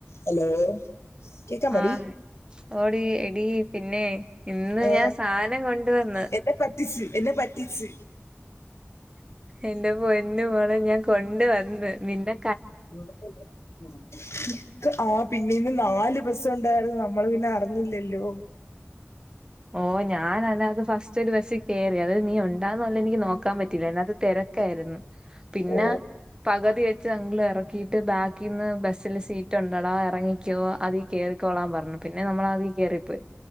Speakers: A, on the left; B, on the right.
A: Hello കേക്കാമോടി.
B: ആഹ് ഓടി എടി പിന്നെ ഇന്ന്
A: ആ
B: ഞാൻ സാനം കൊണ്ടുവന്ന്.
A: എന്നെ പറ്റിച്ച് എന്നെ പറ്റിച്ച്.
B: എന്റെപൊന്നുമോളെ ഞാൻകൊണ്ട് വന്ന് നിന്റെ.
A: ഉള്പ്പില്യാ. ആ പിന്നെയിന്ന് നാല്ബസൊണ്ടായിരുന്ന് നമ്മള്പിന്നെ അറിഞ്ഞില്ലല്ലോ.
B: ഓ ഞാനയിനാത്ത് ഫസ്റ്റ് ഒരു ബസ്സിക്കേറി അത് നീ ഉണ്ടാവോ ഇല്ലെന്നിളത് ഇനിക്ക് നോക്കാൻപറ്റീല്ല അതിനാത്ത്തെരക്കായിരുന്ന്. പിന്നെ.
A: ഓ
B: പകതിവെച്ച് അങ്കിൾ എറക്കിട്ട് ബാക്കിന്ന് ബസ്സില്സീറ്റൊണ്ടെടാ എറങ്ങിക്കോ അതി. കേറിക്കോളാൻ പറഞ്ഞു പിന്നെ നമ്മളാതീകേറിപ്പോയി